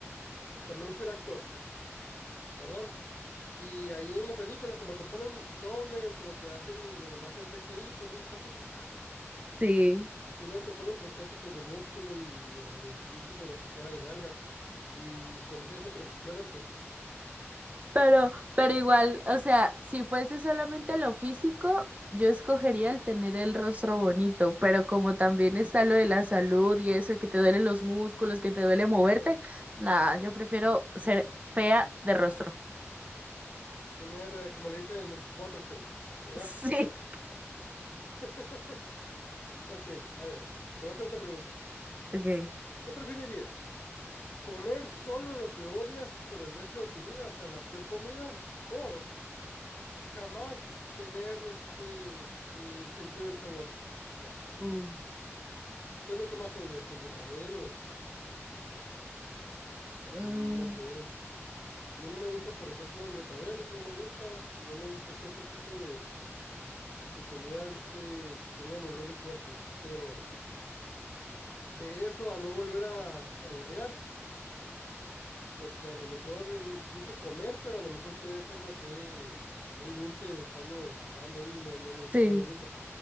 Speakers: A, on the left (about 40°); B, on the right (about 30°).
A: también ser actor, ¿verdad? Y ahí en la película, como te ponen dobles o te hacen los demás en CGI, pues no es tanto trabajo.
B: Sí.
A: Y luego te ponen prostéticos de músculo y, o de chichis o lo que sea, de nalgas. Y con eso ya te perfeccionan, pues
B: Pero, pero igual, o sea, si fuese solamente lo físico, yo escogería el tener el rostro bonito, pero como también está lo de la salud y eso, que te duelen los músculos, que te duele moverte, nada, yo prefiero ser fea de rostro. <laughs>
A: tener, eh, como le dicen, butterface, ¿verdad?
B: Sí.
A: <laughs> Ok, a ver, te voy a hacer otra pregunta.
B: Okay.
A: ¿Qué preferirías? comer solo lo que odias por el resto de tu vida, o sea, la peor comida, o jamás tener este eh, el sentido del sabor. O sea,
B: Mm.
A: ¿qué es lo que más odias? ¿El betabel o
B: Mm,
A: mm, no sé? A mí no me gustan, por ejemplo, el betabel, eso no me gusta, y no me gusta cierto tipo de, de comidas de este, que tengan olores fuertes, pero de eso a no volver a saborear, porque a lo mejor mm, dice comer, pero a lo mejor puede ser, no sé, un dulce, estarlo chupando ahí, no, no, lo- no
B: sí,
A: es lo mismo.